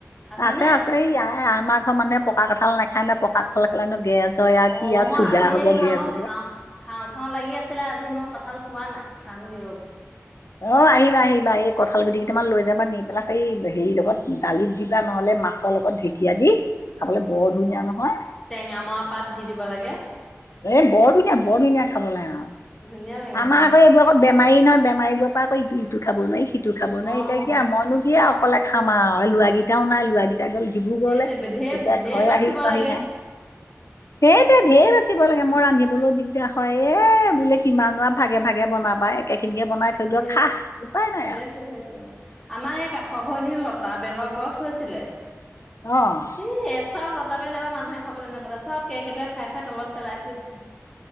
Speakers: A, in the centre; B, on the left.
A: আছেনে
B: আছে, আছে ইয়াই। এ আমাৰ ঘৰ মানুহে পকা কঠাল নাখায় ন, পকা কঠাল খালেনো গেছ হয় আৰু
A: অ',
B: কি আৰু
A: মই
B: চুগাৰ
A: আজি
B: হ'ব
A: হেৰি মই
B: গেছ
A: আকৌ
B: হ'ব
A: খাওঁ, খাওঁ। খাওঁ, খাওঁ লাগি আছিলে আজি, মই কঁঠাল পোৱা নাই খামগে ৰ'ব।
B: অ' আহিবা, আহিবা, এই কঁঠাল গুটি কেইটামান লৈ যাবা, নি পেলাই এই হেৰি লগত দালিত দিবা নহ'লে মাছ ভাতৰ লগত ঢেঁকীয়া দি খাবলৈ বৰ ধুনীয়া নহয়।
A: টেঙ মৰা পাত দি দিব লাগে।
B: এ বৰ ধুনীয়া, বৰ ধুনীয়া খাবলে আৰু
A: ধুনীয়া লাগে
B: আমাৰ
A: অ'।
B: আকৌ এইবোৰক এ বেমাৰী ন, বেমাৰীৰ পৰা আকৌ ইটো-সিটো খাব নোৱাৰি, সিটো খাব নোৱাৰি
A: অ'
B: এতিয়া কিয় মইনো কি আৰু অকলে খাম আৰু, ল'ৰা কেইটাও নাই ল'ৰা কেইটা গ'ল ডিব্ৰুগড়
A: সেইটোৱে
B: লৈ,
A: ঢেৰ
B: এতিয়া
A: ঢেৰ
B: ঘৰে
A: বাচিব
B: আহি পোৱাহি
A: লাগে
B: নাই। সেইটোৱেই ধেৰ বাচিব লাগে মই ৰা ৰান্ধিবলৈ দিগদাৰ হয়, এ বোলে কিমান ভাগে, ভাগে বনাবা একে খিনিকে বনাই থ সেইটো
A: সেই
B: খাহ উপায় নাই
A: সেইটোৱে
B: আৰু।
A: সেইটোৱে আমাৰ এই কাষৰ ঘৰখিনিত লতা বেলৰ গছ হৈছিলে।
B: অ'।
A: এই এটাও লতা বেল এবাৰ মানুহে খাবলৈ নাপালে, চব কেৰ্কেটুৱাই খাই, খাই তলত পেলাই থৈ দিছে।